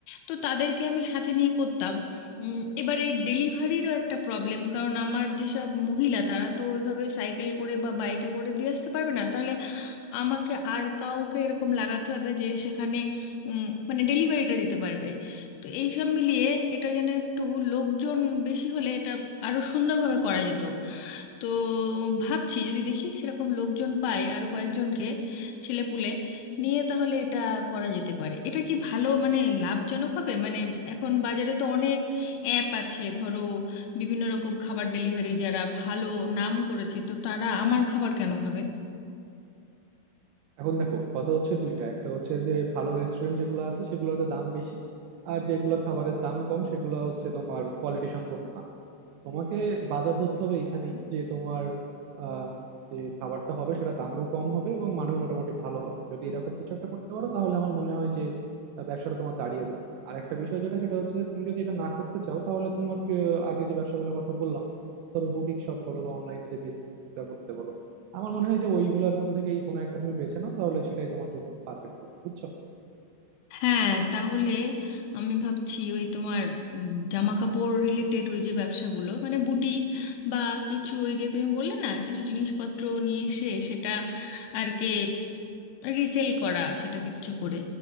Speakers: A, on the left; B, on the right.
A: তো তাদেরকে আমি সাথে নিয়ে করতাম উম, এবার এই ডেলিভারিরও একটা প্রবলেম কারণ আমার যেসব মহিলা তারা তো ওইভাবে সাইকেল করে বা বাইকে করে দিয়ে আসতে পারবে না তাহলে আমাকে আর কাউকে এরকম লাগাতে হবে যে সেখানে উম, মানে ডেলিভারিটা দিতে পারবে তো এই সব মিলিয়ে এটা যেন একটু লোকজন বেশি হলে এটা আরো সুন্দরভাবে করা যেত তো ভাবছি যদি দেখি সেরকম লোকজন পাই আরো কয়েকজনকে ছেলেপুলে নিয়ে তাহলে এটা করা যেতে পারে এটা কি ভালো মানে লাভজনক হবে মানে এখন বাজারে তো অনেক অ্যাপ আছে ধরো বিভিন্ন রকম খাবার ডেলিভারি যারা ভালো নাম করেছে তো তারা আমার খাবার কেন খাবে
B: এখন দেখো কথা হচ্ছে দুইটা একটা হচ্ছে যে ভালো রেস্টুরেন্ট যেগুলো আছে সেগুলোতে দাম বেশি আর যেগুলো খাবারের দাম কম সেগুলো হচ্ছে তোমার কোয়ালিটি সম্পন্ন না তোমাকে বাজার ধরতে হবে এইখানেই যে তোমার আম, যে খাবারটা হবে সেটা দামেও কম হবে এবং মানেও মোটামুটি ভালো হবে যদি এরকম কিছু একটা করতে পারো তাহলে আমার মনে হয় যে আহ, ব্যবসাটা তোমার দাঁড়িয়ে যাবে আর একটা বিষয় যেটা সেটা হচ্ছে যে তুমি যদি এটা না করতে চাও তাহলে তোমার আহ, আগে যে ব্যবসাগুলোর কথা বললাম ধরো বুটিক শপ বলো বা অনলাইনে যে বিজনেসটা করতে বলো আমার মনে হয় যে ওইগুলোর মধ্যে থেকেই কোনো একটা তুমি বেছে নাও তাহলে সেটাই তোমার জন্য পারফেক্ট হবে বুঝছো
A: হ্যাঁ তাহলে আমি ভাবছি ওই তোমার জামা কাপড় রিলেটেড ওই যে ব্যবসাগুলো মানে বুটিক বা কিছু ওই যে তুমি বললে না কিছু জিনিসপত্র নিয়ে এসে সেটা আর কে রিসেল করা সেটাকে কিছু করে